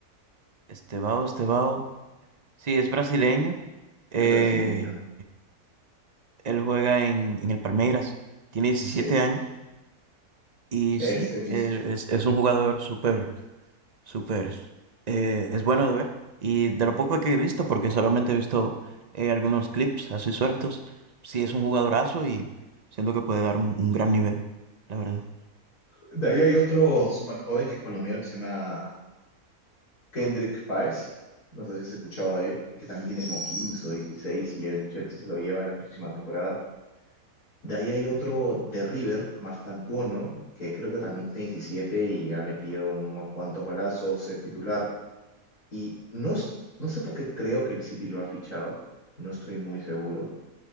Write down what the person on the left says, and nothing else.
Es brasileño.
Sí,
ese
mismo.
De ahí hay otro súper joven que es colombiano que se llama Kendrick Páez, no sé si has escuchado de él, que también tiene como 15 o 16 y el Chelsea se lo lleva la próxima temporada. De ahí hay otro de River, Mastantuono, que creo que también tiene 17 y ha metido unos cuantos golazos, es titular. Y no, s- no sé por qué creo que el City lo ha fichado, no estoy muy seguro.